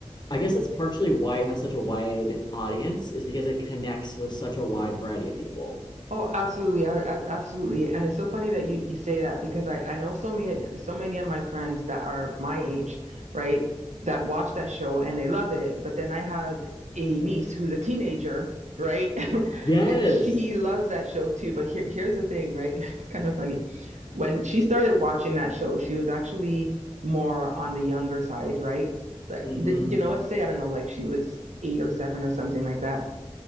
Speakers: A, on the left; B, on the right.
A: I guess that's partially why it has such a wide audience, is because it connects with such a wide variety of people.
B: Oh, absolutely. I, I- absolutely. And it's so funny that you you say that because I I know so many so many of my friends that are my age, right, that watch that show and they love it, but then I have a niece who's a teenager, right? <laughs>
A: Yes.
B: And she loves that show too, but here here's the thing, right? <laughs> It's kind of funny. When she started watching that show, she was actually more on the younger side, right? But,
A: hmm
B: you know, let's say I don't know, like she was eight or seven or something like that.